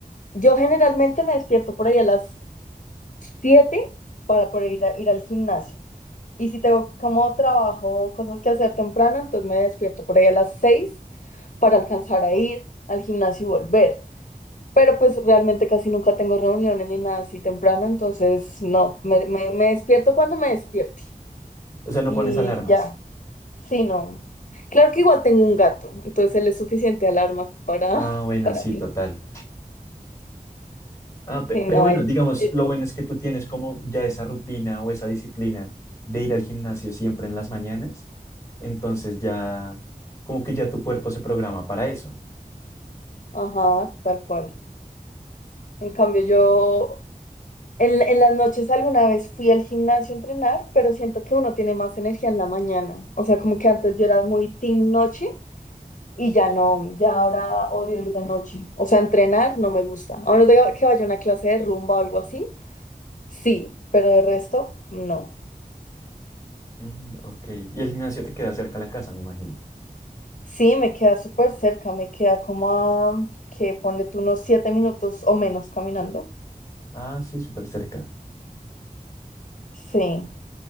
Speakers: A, on the left; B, on the left.
A: yo generalmente me despierto por ahí a las Siete para poder ir, a- ir al gimnasio. Y si tengo como trabajo, cosas que hacer temprano, entonces me despierto por ahí a las seis para alcanzar a ir al gimnasio y volver. Pero pues realmente casi nunca tengo reuniones ni nada así temprano, entonces no, me, me- me despierto cuando me despierte.
B: O sea, no
A: Y
B: pones alarmas.
A: ya, sí, no. Claro que igual tengo un gato, entonces él es suficiente alarma para,
B: Ah,
A: <laughs>
B: bueno,
A: para
B: sí,
A: mí.
B: total. Ah, pe-
A: Sí,
B: pero
A: no,
B: bueno,
A: él,
B: digamos,
A: él-
B: lo bueno es que tú tienes como ya esa rutina o esa disciplina de ir al gimnasio siempre en las mañanas. Entonces ya, como que ya tu cuerpo se programa para eso.
A: ajá, tal cual. En cambio yo En, en las noches alguna vez fui al gimnasio a entrenar, pero siento que uno tiene más energía en la mañana. O sea, como que antes yo era muy team noche y ya no, ya ahora odio ir de noche. O sea, entrenar no me gusta. A menos de que vaya a una clase de rumba o algo así, sí, pero de resto, no.
B: Mm, ok. Y el gimnasio te queda cerca a la casa, me imagino.
A: Sí, me queda súper cerca, me queda como a, que ponle tú unos siete minutos o menos caminando.
B: Ah, sí, súper cerca.
A: Sí.